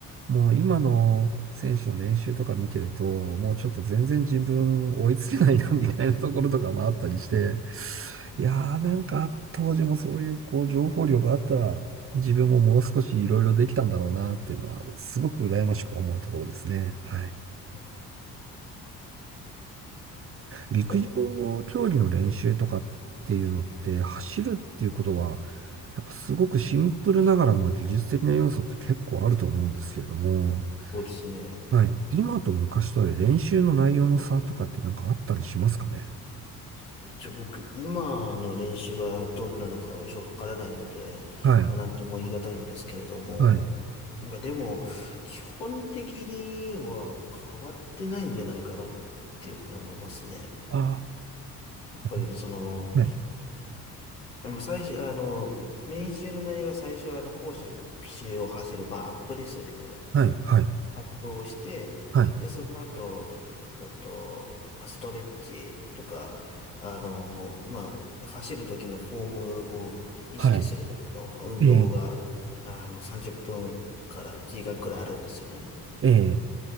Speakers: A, on the right; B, on the left.
A: もう今の選手の練習とか見てると、もうちょっと全然自分追いつけないな <laughs> みたいなところとかもあったりして、いやーなんか当時もそういうこう情報量があったら自分ももう少しいろいろできたんだろうなっていうのはすごく羨ましく思うところですね。はい。
B: うん
A: 陸上競技の練習とかっていうのって走るっていうことは
B: まあ
A: やっぱすごくシンプルながらも技術的な要素って結構あると思うんですけれども、
B: そうですね。
A: はい。今と昔とで練習の内容の差とかってなんかあったりしますかね
B: 一応僕、今の練習がどんなのかはちょっとわからないので、
A: はい。
B: まあなんとも言い難いんですけれども、
A: はい。
B: まあでも、基本的には変わってないんじゃないかなっていうふうに思いますね。
A: あ
B: やっぱりその、
A: あ。はい。
B: まあ最初、あの、練習の内容が最初は、あの、校舎一周を走る、まあ、アップですよね、これ。
A: はい。はい。
B: アップをして、
A: はい。
B: で、その後、えっと、まあ、ストレッチとか、あの、まあ、走る時のフォームを意識するための、
A: はい。
B: まあ、運動が、
A: ええ。
B: あの、30分から1時間くらいあるんですよね。
A: ええ。